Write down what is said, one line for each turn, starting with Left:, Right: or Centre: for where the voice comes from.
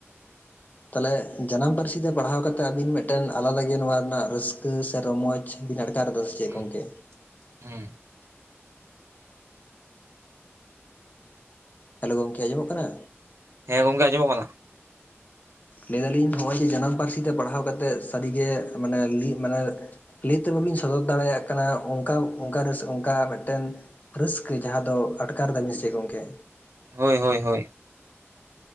Left: ᱛᱟᱦᱚᱞᱮ ᱡᱟᱱᱟᱢ ᱯᱟᱹᱨᱥᱤ ᱛᱮ ᱯᱟᱲᱦᱟᱣ ᱠᱟᱛᱮ ᱟᱵᱤᱱ ᱢᱤᱫᱴᱮᱱ ᱟᱞᱟᱫᱟ ᱜᱮ ᱱᱚᱣᱟ ᱨᱮᱱᱟᱜ ᱨᱟᱹᱥᱠᱟᱹ ᱥᱮ ᱨᱚᱢᱚᱡᱽ ᱵᱤᱱ ᱟᱴᱠᱟᱨ ᱮᱫᱟ? ᱪᱮᱫ
Right: ᱦᱩᱸ
Left: ᱜᱚᱝᱠᱮ᱾
Right: ᱦᱩᱸ
Left: ᱦᱮᱞᱳ ᱜᱚᱢᱠᱮ ᱟᱸᱡᱚᱢᱚᱜ ᱠᱟᱱᱟ?
Right: ᱦᱮᱸ ᱜᱚᱝᱠᱮ ᱟᱡᱸᱚᱢᱚᱜ ᱠᱟᱱᱟ᱾
Left: ᱞᱟᱹᱭ ᱫᱟᱞᱤᱧ ᱱᱚᱜᱼᱚᱭ ᱡᱮ ᱡᱟᱱᱟᱢ ᱯᱟᱹᱨᱥᱤ ᱛᱮ ᱯᱟᱲᱦᱟᱣ ᱠᱟᱛᱮᱫ ᱥᱟᱹᱨᱤᱜᱮ ᱢᱟᱱᱮ ᱢᱟᱱᱮ ᱞᱟᱹᱭ ᱛᱮ ᱵᱟᱹᱵᱤᱱ ᱥᱚᱫᱚᱨ ᱫᱟᱲᱮᱭᱟᱜ ᱠᱟᱱᱟ ᱚᱱᱠᱟ ᱚᱱᱠ ᱨᱮ ᱚᱱᱠᱟ ᱢᱤᱫᱴᱮᱱ ᱨᱟᱹᱥᱠᱟᱹ ᱡᱟᱦᱟᱸ ᱫᱚ ᱟᱴᱠᱟᱨᱫᱟ ᱢᱤᱥᱴᱮ ᱜᱚᱢᱠᱮ?
Right: ᱦᱳᱭ ᱦᱳᱭ ᱦᱳᱭ